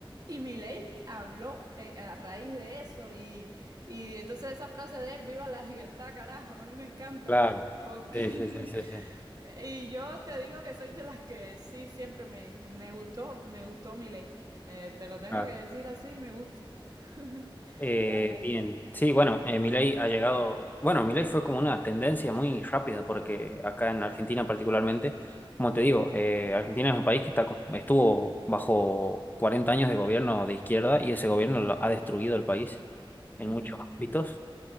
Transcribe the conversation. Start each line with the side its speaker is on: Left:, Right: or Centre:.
Right: Y Milei habló eh, a raíz de eso y, y entonces esa frase de viva la libertad, carajo, a mí me encanta.
Left: claro.
Right: Porque
Left: Sí,
Right: <laughs>
Left: sí, sí, sí, sí.
Right: y yo te digo que soy de las que sí siempre me, me gustó, me gustó Milei. Eh, te lo tengo
Left: Claro.
Right: que decir así, me gusta. <laughs>
Left: Eh,
Right: Realmente.
Left: bien, sí, bueno, eh, Milei ha llegado, bueno, Milei fue como una tendencia muy rápida porque acá en Argentina particularmente, como te digo, eh, Argentina es un país que está, co- estuvo bajo 40 años de gobierno de izquierda y ese gobierno lo- ha destruido el país en
Right: Ujú.
Left: muchos ámbitos.